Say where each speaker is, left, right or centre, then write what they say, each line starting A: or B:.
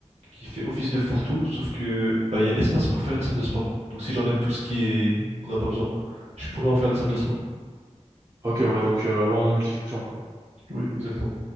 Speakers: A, on the right; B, on the right.
A: qui fait office de fourre-tout, sauf que bah, il y a l'espace pour faire une salle de sport. Donc si j'enlève tout ce qui est qu'on n'a pas besoin, je pourrais en faire une salle de sport.
B: Ok, ouais, donc euh, vraiment multifonction, quoi.
A: Oui, exactement.